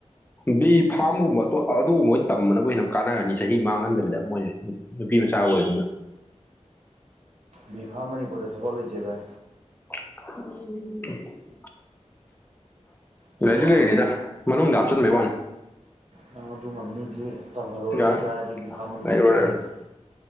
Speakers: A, on the left; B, on the right.
A: ꯕꯤ ꯐꯥꯔꯝꯒꯨꯝꯕ ꯑꯗꯨꯒꯨꯝꯕ ꯑꯣꯏꯅ ꯇꯝꯕꯅꯕꯨ ꯍꯦꯟꯅ ꯀꯥꯟꯅꯔꯅꯤ ꯆꯍꯤ ꯃꯥꯡꯍꯟꯗꯕꯤꯗ ꯃꯣꯏꯖꯦ ꯅꯨꯄꯤ ꯃꯆꯥ ꯑꯣꯏꯗꯨꯅ
B: ꯕꯤꯐꯥꯝ ꯃꯅꯤꯄꯨꯔꯗ ꯊꯕꯛ ꯂꯩꯇꯦ ꯕꯥꯏ
A: ꯎꯝ
B: ꯑꯗꯨꯃ
A: ꯂꯩꯗꯤ ꯂꯩꯔꯤꯅꯤꯗ
B: ꯈꯪꯉꯨ
A: ꯃꯅꯨꯡꯗ ꯍꯥꯞꯆꯤꯟꯕꯩ ꯋꯥꯅꯤ
B: ꯅꯪ ꯑꯗꯨ ꯉꯝꯅꯤꯗꯤ ꯇꯝꯍꯜꯂꯣꯗ
A: ꯌꯥꯔꯦ
B: ꯇꯥꯔꯗꯤ ꯕꯤꯐꯥ ꯃꯅꯤꯄꯨꯔꯗ
A: ꯂꯩꯔꯣꯏ
B: ꯇꯝꯍꯜꯂꯣꯏꯁꯤꯦ
A: ꯂꯩꯔꯣꯏ